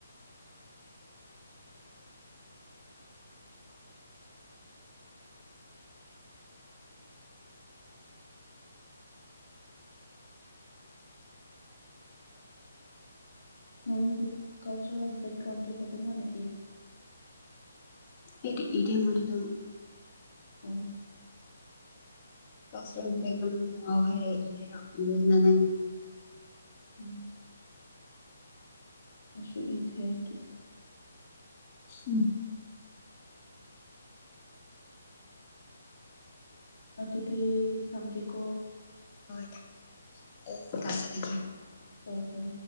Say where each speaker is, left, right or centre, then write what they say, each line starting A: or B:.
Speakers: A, on the left; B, on the left.
A: ꯅꯪꯗꯨ ꯀꯜꯆꯔꯦꯜ ꯒ꯭ꯔꯥꯎꯟ ꯇ ꯑꯦꯀꯗꯃꯦꯅ
B: ꯑꯩꯗꯤ ꯏꯗꯦ ꯃꯗꯨꯗ
A: ꯎꯝ
B: ꯀꯁꯔ
A: ꯎꯝ ꯑꯁꯣ ꯏꯗꯤꯁ ꯑꯗꯨꯗꯤꯤ
B: ꯎꯝ
A: ꯑꯗꯨꯗꯤ ꯊꯝꯒꯦꯀꯣ
B: <unintelligible>
A: ꯍ‌ꯣꯏ ꯍꯣꯏ